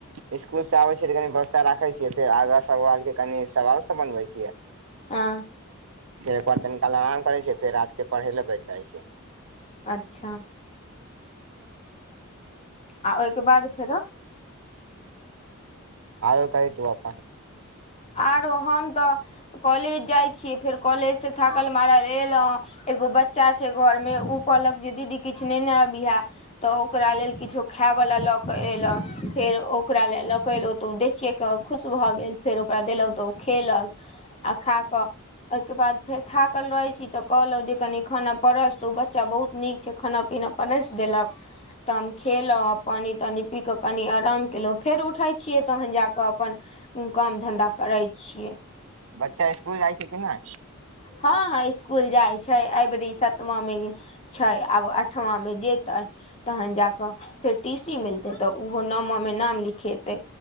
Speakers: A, on the right; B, on the left.
A: इसकुल से आबै छियै तऽ कनी वस्था राखै छियै फेर आगाँ सबालके कनि सवाल सब बनबै छियै।
B: आ।
A: फेर कनि काल आराम करै छै फेर रात के पढ़े ले बैठ जाइ छै।
B: अच्छा। आ ओहिके बाद फेरो।
A: आर कहि तू अपन।
B: आरो हम तऽ कॉलेज जाइत छियै फेर कॉलेज सँ थाकल मारल एलहुँ। एगो बच्चा छै घर में उ कहलक जे दीदी किछ नेने अबीहे। तऽ ओकरा लेल किछो खायवला लऽक एलहु फेर ओकरा लेल ल क एलहु। त ओ देखियए क खुश भऽ गेल फेर ओकरा देलहुँ तऽ ओ खेलक आ खा कऽ ओके बाद फेर थाकल रहै छी तऽ कहलहु जे कनी खाना परस तऽ ओ बच्चा बहुत नीक छै। खाना-पीना परसि देलक। त हम खेलहुँ पानि-तानि पीक कनी आराम केलहुँ फेर उठै छियै तहन जाकऽ अपन ऊ काम धंधा करै छियै।
A: बच्चा स्कूल जाइ छै कि नै?
B: हऽ इसकुल जाइ छै अयबेरी सतमा मे गे छै आब अठमामे जेतै। तहन जा कऽ फेर टी सी मिलतै तऽ उहो नमा मे नाम लिखेतै।